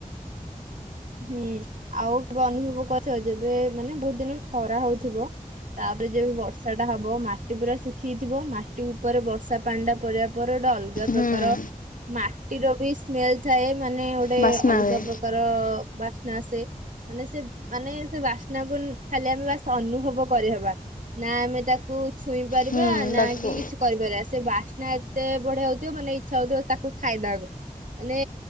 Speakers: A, on the right; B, on the left.
A: ହୁଁ ଆଉ କେବେ ଅନୁଭବ କରିଛ ଯେବେ ମାନେ ବହୁତ ଦିନ ଖରା ହଉଥିବ। ତାପରେ ଯେବେ ବର୍ଷା ଟା ହବ ମାଟି ପୁରା ଶୁଖିକିଥିବ ମାଟି ଉପରେ ବର୍ଷା ପାଣି ଟା। ପଡିବା ପରେ ଗୋଟେ ଅଲଗା
B: ହୁଁ,
A: ପ୍ରକାର ମାଟିର ବି। ସ୍ମେଲ୍ ଥାଏ ମାନେ ଗୋଟେ
B: ବାସ୍ନା
A: ଅଲଗା
B: ହୁଏ
A: ପ୍ରକାର। ବାସ୍ନା ଆସେ ମାନେ ସେ ମାନେ ସେ ବାସ୍ନାକୁୁ ଖାଲି ଆମେ ବା ସ୍ନା ଅନୁଭବ କରିହବା ନା ଆମେ ତା କୁ ଛୁଇଁ ପାରିବା
B: ହଁ
A: ନା
B: ଡାକୁ
A: କି କିଛି କରିପାରିବା ସେ ବାସ୍ନା ଏ ତେ ବଢିଆ ହଉଥିବ ମାନେ ଇଛା ହଉଥିବ ତାକୁ ଖାଇଦବାକୁ ମାନେ